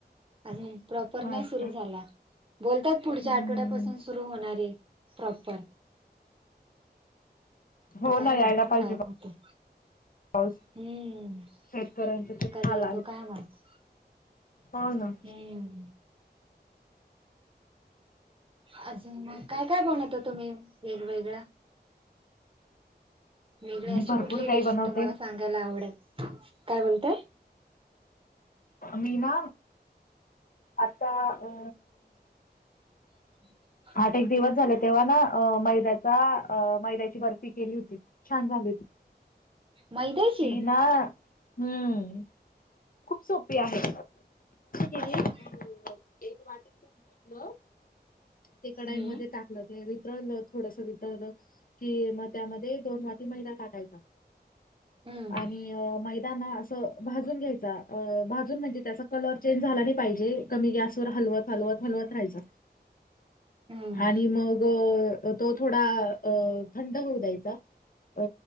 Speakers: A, on the right; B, on the left.
A: अजून प्रॉपर
B: अच्छा
A: नाही सुरू झाला बोलतात पुढच्या
B: हम्म
A: आठवड्यापासून सुरू सुरू होणार ये प्राॅपर.
B: हो
A: तर काय
B: ना
A: माहित
B: यायला पाहिजे
A: काय होतय.
B: पाऊस
A: हम्म.
B: शेतकऱ्यांचे
A: आता
B: खूप
A: कधी
B: हालहाल
A: येतो काय माहित
B: हाव ना.
A: हम्म. अजून मग काय काय बनवता तुम्ही वेगवेगळा? वेगळे अशी
B: मी भरपूर
A: कुठली
B: काही
A: डिश
B: बनवते.
A: तुम्हाला सांगायला आवडेल. काय बोलताय?
B: मी ना आता अ
A: <inaudible>
B: आठ एक दिवस झाले तेव्हा ना मैद्याचा मैद्याची बर्फी केली होती छान झाली होती.
A: मैद्याची?
B: ती ना हमम. खूप सोपी आहे. केली
A: कसं?
B: अ एक वाटी तूप घेतलं ते कढाईमध्ये
A: हम्म
B: टाकलं ते वितळलं थोडस वितळलं की मग त्यामध्ये दोन वाट आधी मैदा टाकायचा
A: हम्म
B: आणि मैदा ना असा अ भाजून घ्यायचा. भाजून म्हणजे त्याचा कलर चेंज झाला नाही पाहिजे कमी गॅसवर हलवत हलवत हलवत राहायच.
A: हम्म
B: आणि मग अ तो थोडा अ थंड होऊ द्यायचा. अ